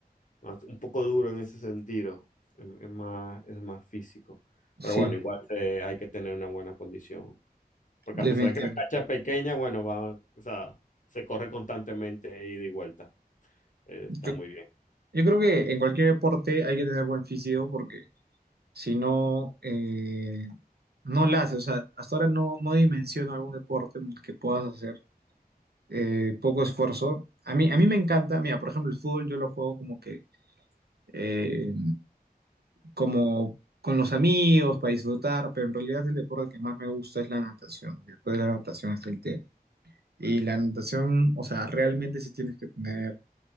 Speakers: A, on the left; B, on the right.
A: más- un poco duro en ese sentido, es, es más, es más físico.
B: Sí,
A: Pero bueno, igual eh, hay que tener una buena condición, porque
B: definitivamente.
A: a pesar de que la cancha es pequeña, bueno, va, o sea, se corre constantemente de ida y vuelta, Eh,
B: Yo,
A: está muy bien.
B: yo creo que en cualquier deporte hay que tener buen físico porque si no, eh, no la haces. O sea, hasta ahora no, no dimensiono algún deporte en el que puedas hacer. eh, poco esfuerzo. A mí, a mí me encanta, mira, por ejemplo, el fútbol yo lo juego como que, eh, como con los amigos, para disfrutar, pero en realidad el deporte que más me gusta es la natación. y Después de la natación está el tenis. Y la natación, o sea, realmente sí tienes que tener,